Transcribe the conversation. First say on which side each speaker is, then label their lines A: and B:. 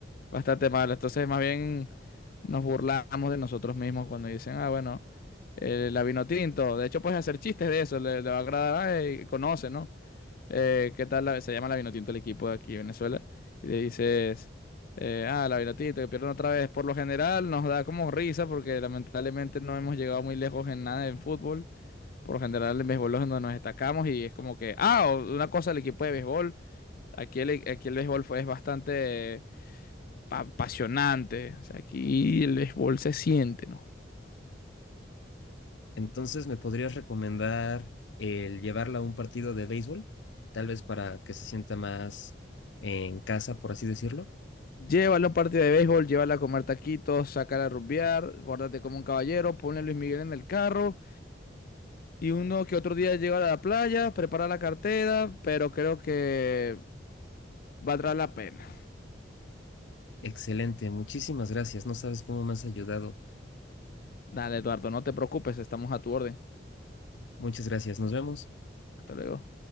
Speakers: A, on the left; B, on the left.
A: Bastante malo. Entonces, más bien nos burlamos de nosotros mismos cuando dicen, ah, bueno, eh, la vino tinto. De hecho, puedes hacer chistes de eso, le, le va a agradar, y conoce, ¿no? Eh, ¿qué tal la- se llama la vino tinto el equipo de aquí, Venezuela? Y le dices, eh, ah, la vino tinto, que pierden otra vez. Por lo general nos da como risa porque lamentablemente no hemos llegado muy lejos en nada en fútbol. Por lo general en béisbol es donde nos destacamos y es como que, ah, o- una cosa el equipo de béisbol. Aquí el, aquí el béisbol fue, es bastante pa- apasionante. O sea, aquí el béisbol se siente, ¿no?
B: Entonces, ¿me podrías recomendar el llevarla a un partido de béisbol? Tal vez para que se sienta más en casa, por así decirlo.
A: Llévalo a un partido de béisbol, llévala a comer taquitos, sácala a rumbear, guárdate como un caballero, ponle a Luis Miguel en el carro y uno que otro día llega a la playa, prepara la cartera, pero creo que valdrá la pena.
B: Excelente, muchísimas gracias. No sabes cómo me has ayudado.
A: Dale, Eduardo, no te preocupes, estamos a tu orden.
B: Muchas gracias. Nos vemos.
A: Hasta luego.